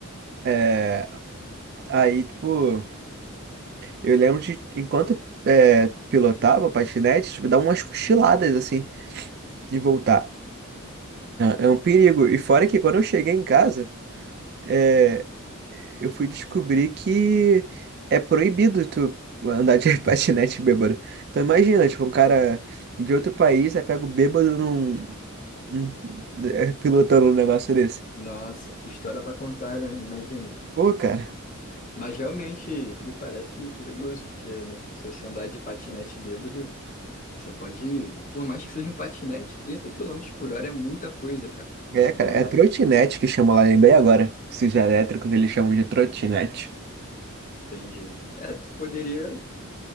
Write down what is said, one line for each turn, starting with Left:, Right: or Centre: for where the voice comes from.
Right: É, aí, tipo, eu lembro de enquanto é, pilotava o patinete, tipo, dar umas cochiladas assim e voltar. É é um perigo. E fora que quando eu cheguei em casa, é, eu fui descobrir que é proibido tu andar de <laughs> patinete bêbado. Então imagina, tipo, um cara de outro país, aí pega o bêbado num, hum, é, pilotando um negócio desse.
Left: Nossa, que história para contar, né? Imagina.
Right: Pô, cara.
Left: Mas realmente me parece perigoso, porque no- se você andar de patinete bêbado. Você pode, por mais que seja um patinete, 30 quilômetros por hora é muita coisa, cara.
Right: É, cara,
Left: Dá,
Right: é trotinete que chama lá, lembrei agora. Esses elétricos eles chamam de trotinete.
Left: entendi. É, tu poderia,